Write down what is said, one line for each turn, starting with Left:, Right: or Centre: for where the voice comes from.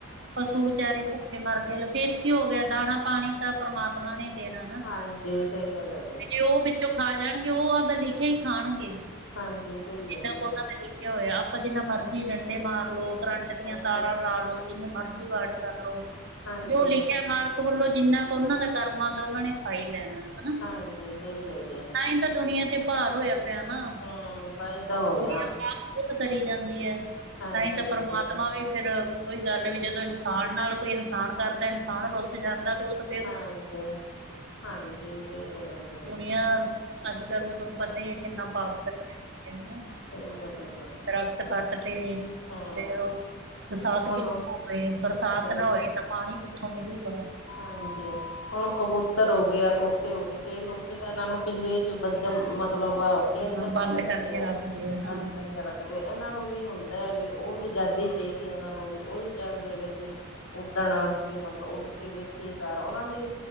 Right: ਪਸ਼ੂ ਵਿਚਾਰੇ ਭੁੱਖੇ ਮਰਦੇ ਫੇਰ ਕੀ ਹੋ ਗਿਆ ਦਾਣਾ ਪਾਣੀ ਤਾ ਪਰਮਾਤਮਾ ਨੇ ਈ ਦੇਣਾ ਨਾ,
Left: ਹਾਂਜੀ ਸਹੀ ਗੱਲ ਹੈ ਜੀ
Right: ਤੇ ਜੇ ਓ ਚ ਖਾ ਜਾਣਗੇ ਓ ਆਪਦਾ ਲਿਖਿਆ ਈ ਖਾਣਗੇ।
Left: ਹਾਂਜੀ ਸਈ
Right: ਜਿੰਨਾ
Left: ਐ ਜੀ
Right: ਕੁ ਉਹਨਾਂ ਨੇ ਲਿਖਿਆ ਹੋਇਆ ਆਪਾਂ ਜਿੰਨਾ ਮਰਜੀ ਡੰਡੇ ਮਾਰ ਲੋੋ, ਕਰੰਟ ਦੀਆਂ
Left: ਹਾਂਜੀ
Right: ਤਾਰਾਂ ਲਾ ਲੋ ਜਿੰਨੇ ਮਰਜੀ ਵਾਡ ਕਰਲੋ
Left: ਹਾਂਜੀ
Right: ਜੋ ਲਿਖਿਆ ਮਾਲਕ ਵੱਲੋਂ ਜਿੰਨਾ ਕੁ ਓਨਾਂ ਦੇ ਕਰਮਾ ਦਾ ਉਨਾ ਨੇ ਖਾਈ ਲੈਣਾ ਹਨਾ।
Left: ਹਾਂਜੀ ਸਈ ਐ ਜੀ।
Right: ਤਾਂ ਈ ਤਾ ਦੁਨੀਆਂ ਤੇ ਭਾਰ ਹੋਇਆ ਪਿਆ ਨਾ,
Left: ਹਮ ਤਾਂਹੀ ਤਾਂ ਹੋ ਗਿਆ
Right: ਦੁਨੀਆਂ ਪਾਪ ਖੁਦ ਕਰੀ ਜਾਂਦੀ ਐ,
Left: ਹਾਂਜੀ
Right: ਤਾਂਈ ਤਾ ਪਰਮਾਤਮਾ
Left: ਤੇ
Right: ਵੀ ਫੇਰ ਓਈ ਗੱਲ ਵੀ ਜਦੋਂ ਇਨਸਾਨ ਨਾਲ ਕੋਈ ਇਨਸਾਨ ਕਰਦਾ ਇਨਸਾਨ ਰੁੱਸ ਜਾਂਦਾ ਤੇ ਓ ਤੇ
Left: ਹਾਂਜੀ, ਹਾਂਜੀ ਸਈ ਗੱਲ ਐ ਜੀ।
Right: ਦੁਨੀਆ, ਅੱਜ ਕੱਲ ਤਾਨੂੰ ਪਤਾ ਈ ਐ ਕਿੰਨਾ ਪਾਪ ਕਰੀ ਜਾਂਦੀ ਐ ਹਨਾ।
Left: ਸਈ ਗੱਲ ਐ ਜੀ।
Right: ਦਰੱਖਤ ਕੱਟ ਤੇ
Left: ਹਾਂ
Right: ਫੇਰ ਓ ਬਰਸਾਤ
Left: ਹੁਣ
Right: ਕਿੱਥੋਂ ਹੋਵੇ, ਬਰਸਾਤ
Left: ਸਹੀ
Right: ਨਾ ਹੋਈ
Left: ਗੱਲ ਹੈ
Right: ਤਾ ਪਾਣੀ ਕਿੱਥੋ ਮਿਲੂਗਾ?
Left: ਹਾਂਜੀ ਹੁਣ ਕਬੂਤਰ ਹੋਗੇ ਆ, ਤੋਤੇ ਹੋਗੇ ਕਈ ਲੋਕੀ ਤਾਂ ਇਨਾਂ ਨੂੰ ਪਿੰਜਰੇ ਚ ਵਜਮ ਮਤਲਬ ਕੈਦ
Right: ਹਾਂ
Left: ਕਰਕੇ
Right: ਬੰਦ
Left: ਰੱਖਦੇ
Right: ਕਰਕੇ
Left: ਐ,
Right: ਰੱਖਦੇ ਆ ਹਾਂਜੀ
Left: ਬੰਦ ਕਰਕੇ ਰੱਖ ਤੇ ਏਨਾਂ ਨੂੰ ਵੀ ਹੁੰਦਾ ਐ ਵੀ ਓ ਵੀ ਅਜਾਦੀ ਚਾਈਦੀ ਉਨਾਂ ਨੂੰ ਵੀ ਓ ਵੀ ਚਾਂਦੇ ਆ ਵੀ ਅਸੀ ਉੱਡਣਾ ਵੀ ਮਤਲਬ ਉੱਡ ਕੇ ਵੇਖੀਏ ਸਾਰਾ ਉਨਾਂ ਦੀ